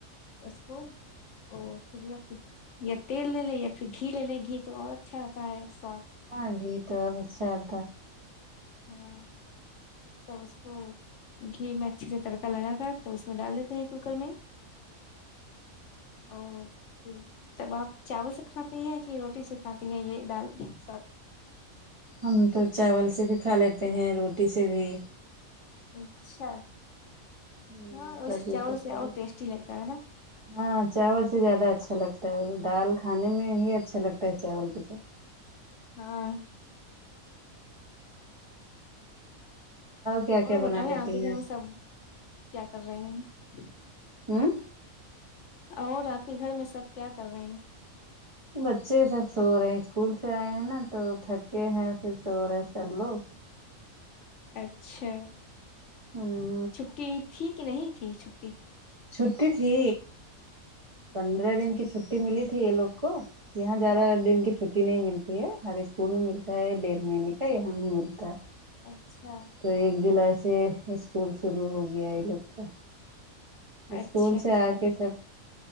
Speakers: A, on the left; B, on the right.
A: اس کو اور پھر یا پھر یا تیل لے لیں یا پھر گھی لے لیں گھی تو اور اچھا آتا ہے سواد
B: ہاں گھی اور سد
A: ہوں تب اس کو گھی میں اچھے سے تڑکا لگا کر توب اس میں ڈال دیتے ہیں کوکر میں اور تب آپ چاول سے کھاتی ہیں کہ روٹی سے کھاتی ہیں یہ دال سب
B: ہم تو چاول سے بھی کھا لیتے ہیں روٹی سے بھی
A: اچھا
B: ہوں
A: ہاں ویسے
B: سبزی
A: چاول
B: کھالی
A: سے اور ٹیسٹی لگتا ہے نا
B: ہاں چاول سے زیادہ اچھا لگتا ہے دال کھانے میں ہی اچھا لگتا ہے چاول کے ساتھ
A: ہاں
B: کیا کیا
A: اور
B: بنا
A: بتائیں
B: لیتی
A: آپ کے
B: ہیں
A: گھر میں سب کیا کر رہے ہیں
B: ہوں
A: اور آپ کے گھر میں سب کیا کر رہے ہیں
B: بچے سب سو رہے ہیں اسکول سے آئے ہیں نا تو تھکے ہیں پھر سو رہے سب لوگ
A: اچھا
B: ہاں
A: چھٹی تھی کہ نہیں تھی چھٹی
B: چھٹی تھی پندرہ
A: اچھا
B: دن کی چھٹی ملی تھی یہ لوگ کو یہاں زیادہ
A: ہاں
B: ایک دن کی چھٹی نہیں ملتی ہر اسکول میں ملتا ہے ڈیڑھ مہینے کا یہاں نہیں ملتا ہے
A: اچھا
B: تو ایک جولائی سے اسکول شروع ہو گیا یہ لوگ کا اسکول
A: اچھا اچھا
B: سے آ کے سب